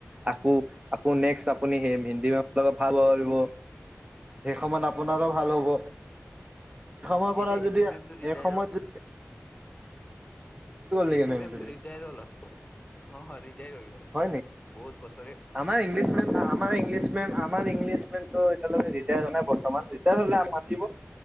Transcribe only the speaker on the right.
আকৌ আকৌ নেক্সট আপুনি হেই হিন্দী মেমৰ লগত কথা পাতিব পাৰিব সেই সময়ত আপ আপোনাৰো ভাল হ'ব এসময়
পৰা
যদি
এসময়ত
নেকি মেমজনী
হয় নেকি
আমাৰ ইংলিছমেম ইংলিছ মেম আমাৰ ইংলিছমেমটো ৰিটায় হোৱা নাই বৰ্তমান তেনেহলে মাতিব